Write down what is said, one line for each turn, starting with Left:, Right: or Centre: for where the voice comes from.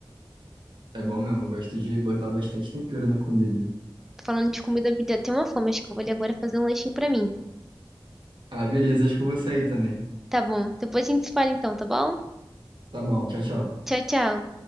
Right: É bom mesmo, eu gosto de botar bastante tempero na comida.
Centre: Falando de comida, me deu até uma fome, acho que eu vou ali agora fazer um lanchinho pra mim.
Right: Ah, beleza, acho que eu vou sair também.
Centre: Tá bom, depois a gente se fala então, tá bom?
Right: Tá bom, tchau, tchau.
Centre: Tchau, tchau.